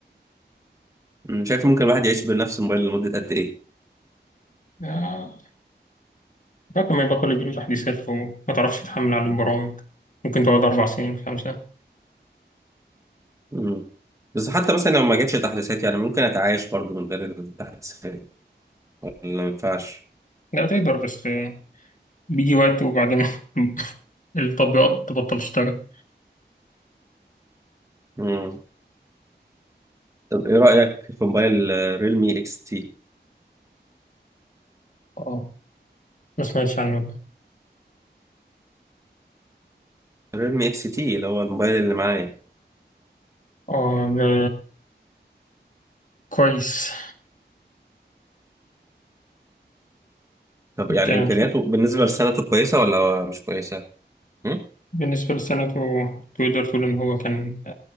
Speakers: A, on the right (about 15°); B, on the left (about 45°).
A: أمم، شايف ممكن الواحد يعيش بنفس الموبايل لمده قد ايه
B: غالية لكن ما يبطل يجيله تحديثات وما تعرفش تتحمل على البرامج ممكن تقعد أربع سنين خمسة
A: أمم. بس حتى مثلا لو ما جاتش تحديثات يعني ممكن اتعايش برضو من غير التحديثات ولا ما ينفعش
B: لا تقدر بس آه، بيجي وقت وبعدين <laughs> التطبيقات تبطل تشتغل
A: أمم. طب ايه رايك في موبايل آه، ريلمي اكس تي
B: اه ما سمعتش عنه ده
A: ريلمي اكس تي اللي هو الموبايل اللي معايا
B: اه ده كويس
A: طب يعني
B: كان
A: امكانياته
B: شوية
A: بالنسبه لسنته كويسه ولا مش كويسه أمم،
B: بالنسبة لسنته تقدر تقول إن هو كان